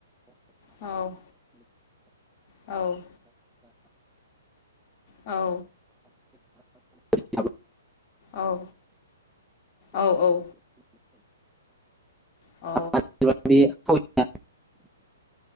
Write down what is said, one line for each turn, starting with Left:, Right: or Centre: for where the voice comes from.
Left: औ औ औ
Centre: बेफोरखौ
Left: औ औ औ
Centre: <unintelligible>
Left: औ
Centre: <inaudible>